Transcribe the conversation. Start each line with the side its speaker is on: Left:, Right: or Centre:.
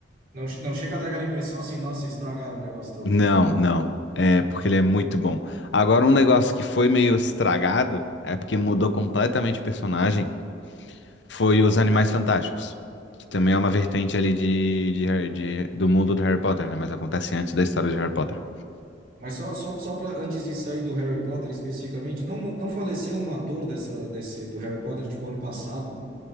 Right: Não, não chega a dar aquela impressão assim, nossa, estragaram o negócio todo,
Left: Não,
Right: né?
Left: não. É porque ele é muito bom. Agora, um negócio que foi meio estragado, é porque mudou completamente o personagem, foi os Animais Fantásticos. Que também é uma vertente ali de, de Harry- de- do mundo do Harry Potter, né? Mas acontece antes da história de Harry Potter.
Right: Mas só, só, só para antes de sair do Harry Potter especificamente, não, não faleceu um ator dessa, desse, do Harry Potter, tipo, ano passado?